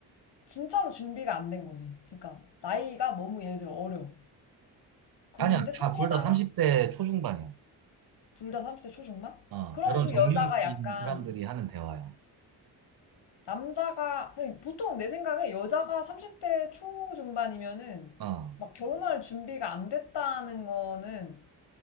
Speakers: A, on the left (about 65°); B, on the right (about 55°).
A: 진짜로 준비가 안 된 거지. 그러니까 나이가 너무 예를 들어 어려. 그런데
B: 아니야,
A: 상대방이
B: 다, 둘 다 30대 초중반이야.
A: 둘 다 30대 초중반?
B: 어,
A: 그럼
B: 결혼
A: 그
B: 적령기인
A: 여자가 약간
B: 사람들이 하는 대화야.
A: 남자가 아니, 보통 내 생각에 여자가 30대 초중반이면은
B: 어,
A: 막 결혼할 준비가 안 됐다는 거는